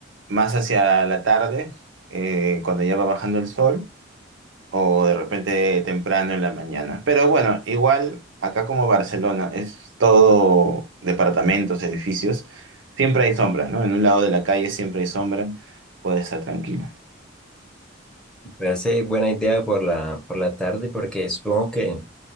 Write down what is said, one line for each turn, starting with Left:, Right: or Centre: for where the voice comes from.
Right: más hacia la tarde, eh, cuando ya va bajando el sol o de repente temprano en la mañana. Pero bueno, igual acá como Barcelona es todo departamentos, edificios, siempre hay sombra, ¿no? En un lado de la calle siempre hay sombra, puedes estar tranquilo.
Centre: Me parece buena idea por la, por la tarde porque supongo que